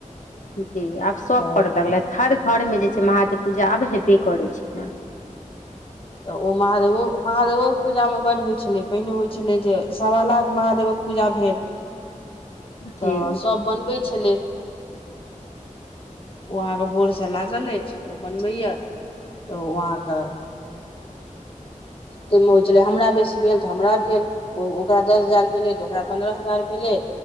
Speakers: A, on the left; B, on the left.
A: जी आब सब
B: तऽ
A: करऽ लगलैथ हर घरमे जे छै महादेव पूजा आब हेबे करै छै
B: तऽ ओ महादेवो महादेवो पूजामे बड्ड होइ छलै पहिने होइ छलै जे सवा लाख महादेवक पूजा भेल
A: जी
B: तऽ सभ बनबै छलै ओ अहाँके भोरसँ लागल अछि ओ बनबैए तऽ अहाँक ताहिमे होइ छलै हमरा बेसी भेल तऽ हमरा भेल ओ ओकरा दस हजार भेलै तऽ ओकरा पन्द्रह हजार भेलै